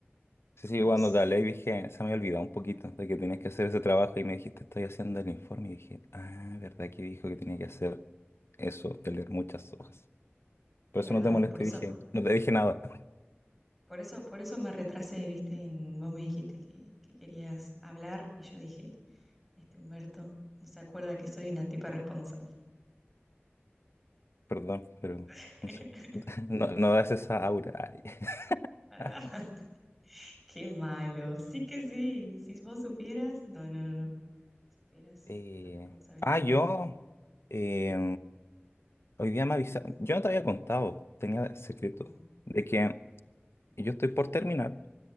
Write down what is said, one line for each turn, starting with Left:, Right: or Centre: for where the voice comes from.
Left: Sí, sí,
Centre: Vos,
Left: yo cuando te hablé y dije, se me había olvidado un poquito de que tenías que hacer ese trabajo y me dijiste, estoy haciendo el informe y dije, ah, verdad que dijo que tenía que hacer eso, de leer muchas hojas. Por
Centre: es
Left: eso
Centre: verdad,
Left: no te molesté,
Centre: por eso,
Left: dije, no te dije nada, <laughs>
Centre: por eso, por eso me retrasé, viste, en, vos me dijiste que, que querías hablar y yo dije, este Humberto no se acuerda que soy una tipa responsable.
Left: perdón, pero
Centre: <laughs>
Left: no sé, <laughs> no, no das esa aura. Ay.
Centre: Ah,
Left: <laughs>
Centre: <laughs> qué malo. Sí que sí. Si vos supieras. No, no, no, no. Superas
Left: Eh,
Centre: la responsabilidad
Left: ah, yo,
Centre: mía.
Left: eh,
Centre: Sí,
Left: hoy día me avisaron,
Centre: contame.
Left: yo no te había contado, tenía secreto,
Centre: No.
Left: de que
Centre: Bueno.
Left: yo estoy por terminar.